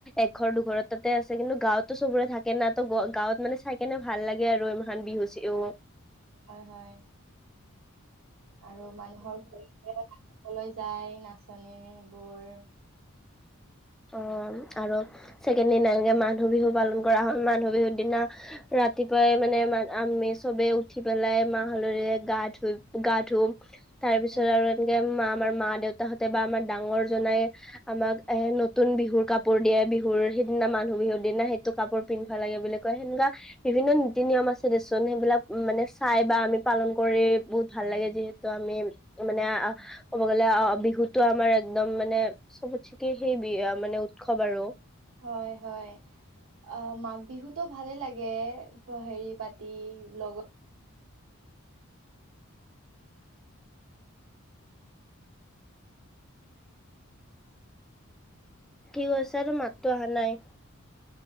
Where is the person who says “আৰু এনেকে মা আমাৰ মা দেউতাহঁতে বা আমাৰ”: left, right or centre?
Centre